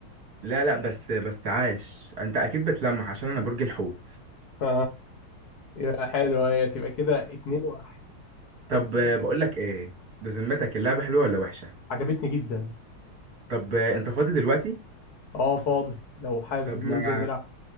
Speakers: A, on the right (about 55°); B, on the left (about 55°).
A: لا لا بس بس عاش انت اكيد بتلمح عشان انا برج الحوت
B: ف... يا حلو هي تبقى كده اتنين واحد
A: طب
B: انت كده
A: آه، بقول لك ايه بذمتك اللعبة حلوة ولا وحشة
B: عجبتني جدا
A: طب آه، انت فاضي دلوقتي
B: اه فاضي لو حابب
A: طب
B: ننزل
A: ما
B: نلعب